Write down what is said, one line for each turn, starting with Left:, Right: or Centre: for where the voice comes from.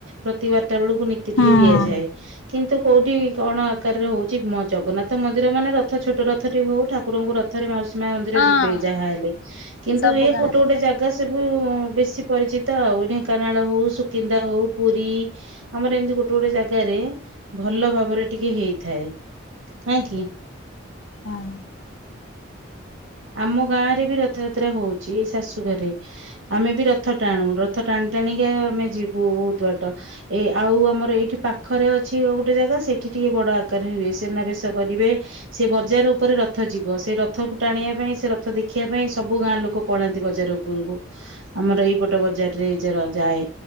Right: ପ୍ରତି ବା ଟା ବେଳକୁ ନୀତି
Left: ହଁ।
Right: ଟିକେ ଦିଆଯାଏ କିନ୍ତୁ କୋଉଠି କଣ ଆକାରରେ ହଉଛି ମୋ ଜଗନ୍ନାଥ ମନ୍ଦିର ମାନେ ଛୋଟ ରଥଟି ହଉ ଠାକ୍ ଠାକୁରଙ୍କୁ ରଥରେ ମାଉସୀ ମା ମନ୍ଦିର
Left: ହଁ
Right: ଯିବେ ଯାହାହଲେ କିନ୍ତୁ
Left: ସବୁ
Right: ଏ
Left: ଗାଁରେ
Right: ଗୋଟେ ଗୋଟେ
Left: ତ
Right: ଜାଗା ସବୁ ବେଶୀ ପରିଚିତ ଆଉ ଢେଙ୍କାନାଳ ହଉ ସୁକିନ୍ଦା ହଉ ପୁରୀ ଆମର ଏମିତି ଗୋଟେ ଗୋଟେ ଜାଗାରେ ଭଲ ଭାବରେ ଟିକେ ହେଇଥାଏ ନା କି।
Left: ହଁ
Right: ଆମ ଗାଁରେ ବି ରଥଯାତ୍ରା ହଉଚି ଏଇ ଶାଶୁଘରେ ଆମେ ବି ର ରଥ ଟାଣୁ ରଥ ଟାଣି ଟାଣିକା ଆମେ ଯିବୁ ବହୁତ ବାଟ ଏ ଆଉ ଆମର ଏଇଠି ପାଖରେ ଅଛି ଗୋଟେ ଜାଗା ସେ ଠି ଟିକେ ବଡ ଆକାରରେ ହୁଏ ସୁନାବେଶ କରିବେ ସେ ବଜାର ଉପରେ ର ଥ ଯିବ ସେ ରଥକୁ ଟାଣିବା ପାଇଁ ସେ ରଥ ଦେଖିବା ପାଇଁ ସବୁ ଗାଁ ଲୋକ ପଳାନ୍ତି ବଜାର ଉପରକୁ ଆମର ଏଇପ ଟ ବଜାର ରେ ର ଯାଏ